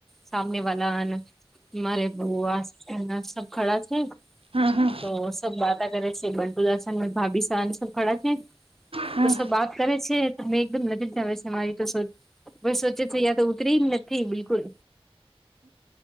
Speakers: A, in the centre; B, on the right.
A: સામને વાહન મારે બુ આસના સબ ખડા છે.
B: હા હા
A: તો સબ બાતતા કરે છે બન્ટુ દશન ભાભી સહની સબ ખડા છે.
B: હા
A: તો સર વાત કરે છે. તમે એકદમ નજીરતા વ મારી તો સોચે છે યા તો ઉતરી નથી બિલકુલ.